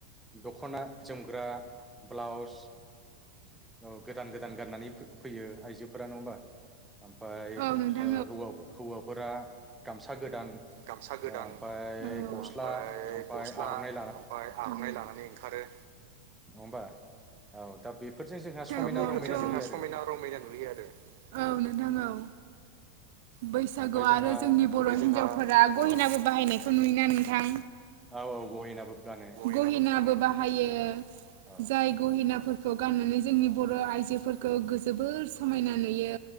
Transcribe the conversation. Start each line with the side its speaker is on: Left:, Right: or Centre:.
Centre: दख'ना जोमग्रा ब्लाउस औ गोदान गोदान गाननानै फैयो आइजोफोरा नङा होमबा। ओमफ्राय
Right: ओमफ्राय
Centre: हौवा हौवाफोरा गामसा गोदान
Right: गामसा गोदान
Centre: ओमफ्राय
Right: ओमफ्राय
Centre: गस्ला ओमफ्राय
Right: गस्ला
Centre: आर'नाइ
Right: ओमफफ्राय आर'नाइ लानानै ओंखारो
Centre: नङबा औ दा बेफोरजों जोंहा समायना
Right: समायना
Centre: रमायना नुयो आरो
Right: रमायना नुयो आरो। औ नोंथां औ! बैसागु
Centre: ओमफ्राय जोंहा
Right: आरो जोंनि बर' हिनजावफोरा
Centre: औ
Right: गहिनाबो बाहायनायखौ नुयोना नोंथां?
Centre: औ औ गहेनाबो गानो
Right: गहिनाबो बाहायो
Centre: औ
Right: जाय गहिना खौ गाननानै जोंनि बर' आइजोफोरखौ जोबोर समायना नुयो।